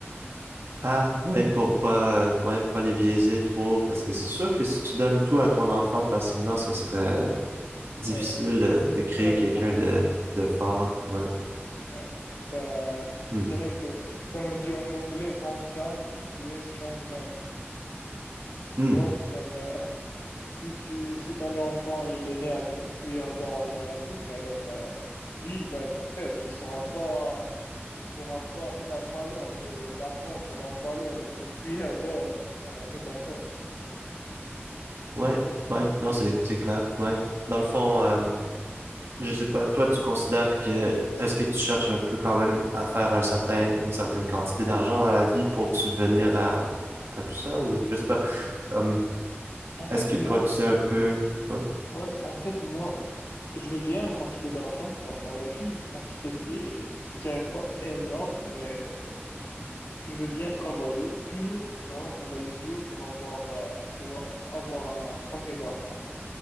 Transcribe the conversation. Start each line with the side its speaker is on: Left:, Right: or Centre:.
Right: Ah, ouais, pour pas, ouais, pas les biaiser trop, parce que c'est sûr que si tu donnes tout à ton enfant facilement, ce serait difficile
Left: Ouais,
Right: de, de créer
Left: c'est ça le
Right: quelqu'un
Left: problème.
Right: de,
Left: Ouais,
Right: de fort. Ouais.
Left: ouais. Ben, je
Right: Hmm.
Left: dirais que, comme on dit en anglais, hard time creates strong man.
Right: Hmm.
Left: Tu vois, <laughs> genre, euh, Si tu, si ton enfant il est né avec une cuillère d'or dans la bouche, alors euh, lui il va être faible, il saura pas, il saura pas la valeur de l'argent, bien la valeur de cette cuillère d'or dans la métaphore.
Right: Ouais.
Left: C'est pour
Right: Ouais.
Left: ça.
Right: Non, c'est, c'est clair. Ouais. Dans le fond,
Left: Ouais.
Right: euh, Je sais pas, toi, tu considères que est-ce que tu cherches un peu quand même à faire un certain, une certaine quantité d'argent dans la vie pour subvenir à, à tout ça ou je sais pas, comme
Left: En fait
Right: est-ce que
Left: moi,
Right: toi tu sais un peu ouais.
Left: ouais, en fait moi, je veux bien une quantité d'argent, genre dans la vie, une quantité qui est, qui est pas énorme, mais je veux bien travailler dur, vraiment travailler dur pour avoir, euh, pour avoir un paquet d'argent.